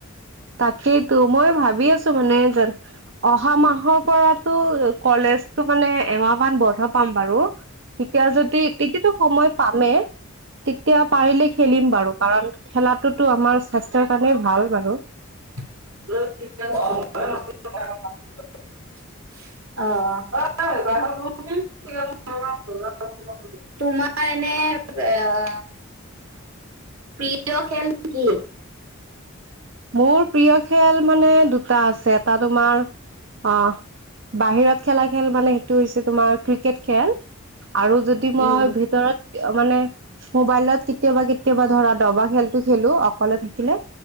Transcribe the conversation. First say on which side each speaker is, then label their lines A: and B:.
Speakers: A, on the right; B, on the right.
A: তাকেইতো মই ভাবি আছো মানে যে অহা মাহৰ পৰাতো কলেজতো মানে এমাহমান বন্ধ পাম বাৰু, তেতিয়া যদি তেতিয়ো সময় পামেই তেতিয়া পাৰিলে খেলিম বাৰু কাৰণ খেলাত টো আমাৰ স্বাস্থ্যৰ কাৰণে ভাল বাৰু
B: <unintelligible> অৱ, তোমাৰ এনেই আহ প্ৰিয় খেল নে কি?
A: মোৰ প্ৰিয় খেল মানে দুটা আছে। এটা তোমাৰ অ, বাহিৰত খেলা, খেল মানে সেইটো হৈছে তোমাৰ ক্ৰিকেট খেল। আৰু যদি মই
B: উম,
A: ভিতৰত? মানে মোৱাইলত কেতিয়াবা, কেতিয়াবা ধৰা দবা খেলটো খেলো অকলে থাকিলে।